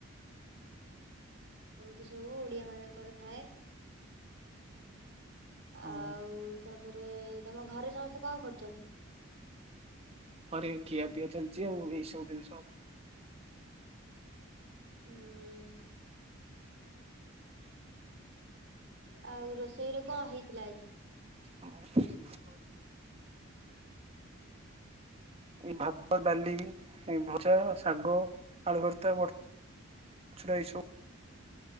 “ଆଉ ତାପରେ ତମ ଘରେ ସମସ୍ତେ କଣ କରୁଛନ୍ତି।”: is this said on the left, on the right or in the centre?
Right